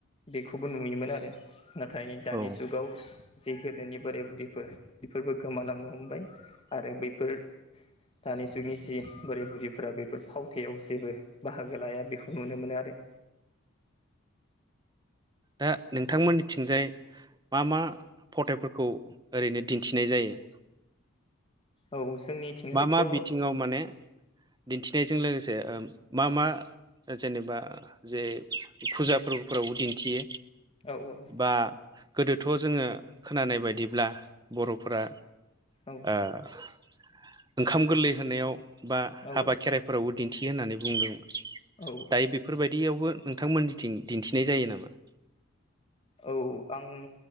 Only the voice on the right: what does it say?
औ
दा नोंथांमोननिथिंजाय मा मा फथाइफोरखौ ओरैनो दिन्थिनाय जायो।
मा मा बिथिङाव माने दिन्थिनायजों लोगोसे जे मा मा जेनेबा जे फुजा फोरबोफोरावबो बिदि
बा गोदोथ' जोङो खोनानाय बायदिब्ला बर'फोरा
ओंखाम गोरलै होनायाव बा
हाबा, खेराइ फोरावबो दिन्थियो होननानै बुंदोंमोन
दायो बे बेफोरबायदियावबो नोंथांमोननिथिं दिन्थिनाय जायो नामा।